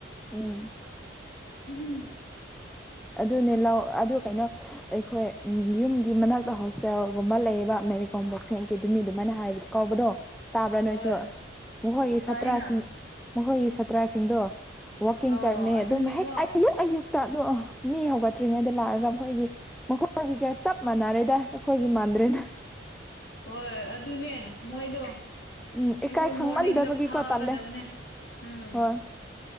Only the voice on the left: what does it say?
ꯎꯝ
ꯍꯣꯏ
ꯇꯥꯏꯅ
ꯑꯣ
ꯑꯗꯨꯅꯦꯀꯣ
ꯍꯣꯏ ꯑꯗꯨꯅꯦ ꯃꯣꯏꯗꯣ ꯑꯩꯈꯣꯏ
ꯃꯣꯔꯅꯤꯡꯗ ꯐꯥꯒꯗꯕꯅꯦ
ꯎꯝ